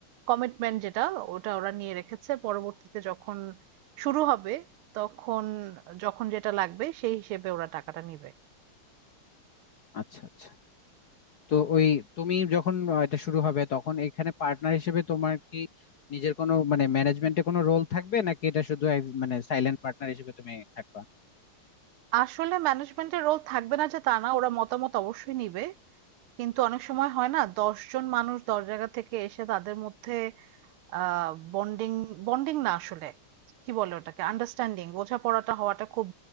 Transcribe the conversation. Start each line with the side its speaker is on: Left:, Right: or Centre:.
Right: কমিটমেন্ট যেটা ওটা ওরা নিয়ে রেখেছে। পরবর্তীতে যখন শুরু হবে তখন যখন যেটা লাগবে সেই হিসেবে ওরা টাকাটা নিবে।
Left: আচ্ছা আচ্ছা তো ওই তুমি যখন আহ, এটা শুরু হবে তখন এখানে পার্টনার হিসেবে তোমার কি নিজের কোনো মানে ম্যানেজমেন্টে কোনো রোল থাকবে নাকি এটা শুধু এক- মানে সাইলেন্ট পার্টনার হিসেবে তুমি থাকবা
Right: আসলে ম্যানেজমেন্টের রোল থাকবে না যে তা না, ওরা মতামত অবশ্যই নিবে। কিন্তু অনেক সময় হয় না দশ জন মানুষ দশ জায়গা থেকে এসে তাদের মধ্যে আহ বন্ডিং বন্ডিং না আসলে কি বলে ওটাকে আন্ডারস্ট্যান্ডিং বোঝাপড়াটা হওয়াটা খুব